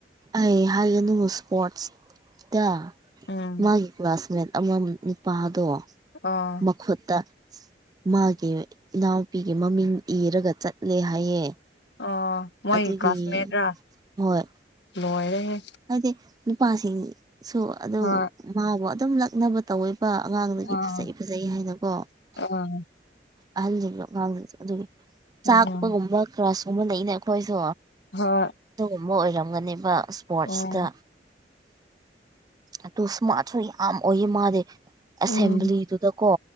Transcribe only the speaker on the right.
ꯑꯩ ꯍꯥꯏꯒꯅꯨ ꯏꯁꯄꯣꯔꯠꯁꯇ
ꯃꯥꯒꯤ ꯀ꯭ꯂꯥꯁꯃꯦꯠ ꯑꯃ ꯅꯨꯄꯥꯗꯣ
ꯃꯈꯨꯠꯇ ꯃꯥꯒꯤ ꯏꯅꯥꯎꯄꯤꯒꯤ ꯃꯃꯤꯡ ꯏꯔꯒ ꯆꯠꯂꯦ ꯍꯥꯏꯌꯦ
ꯑꯗꯨꯒꯤ
ꯍꯣꯏ
ꯍꯥꯏꯗꯤ ꯅꯨꯄꯥꯁꯤꯡꯁꯨ ꯑꯗꯨꯝ
ꯃꯥꯕꯨ ꯑꯗꯨꯝ ꯂꯛꯅꯕ ꯇꯧꯋꯦ ꯄꯥ ꯑꯉꯥꯡꯗꯒꯤ
ꯐꯖꯩ ꯐꯖꯩ ꯍꯥꯏꯅꯀꯣ
ꯑꯍꯜꯖꯤꯡꯗꯣ ꯉꯥꯡꯅꯩ ꯑꯗꯨꯝ
ꯆꯥꯛꯄꯒꯨꯝꯕ ꯀ꯭ꯔꯁꯀꯨꯝꯕ ꯂꯩꯅꯦ ꯑꯩꯈꯣꯏꯁꯨ
ꯑꯃ ꯑꯣꯏꯔꯝꯒꯅꯦꯕ ꯏꯁꯄꯣꯔꯠꯁꯇ
ꯑꯗꯨ ꯏꯁꯃꯥꯠꯁꯨ ꯌꯥꯝ ꯑꯣꯏꯌꯦ ꯃꯥꯗꯤ ꯑꯦꯁꯦꯝꯕ꯭ꯂꯤꯗꯨꯗꯀꯣ